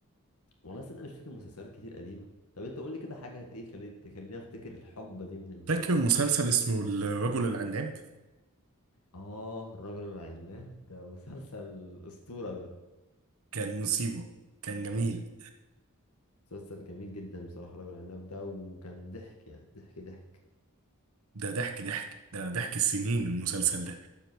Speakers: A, on the left; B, on the right.
A: والله صدق مش فاكر مسلسلات كتير قديمة طب انت قول لي كده حاجة هت- ايه خليت تخليني افتكر الحقبة دي من المسلسلات
B: فاكر مسلسل اسمه الرجل العناب
A: اه الرجل العناب ده مسلسل أسطورة ده
B: كان مصيبة كان جميل
A: اه مسلسل جميل جدا بصراحة الرجل العناب ده وكان ضحك يعني ضحك ضحك
B: ده ضحك ضحك ده ضحك السنين المسلسل
A: اه
B: ده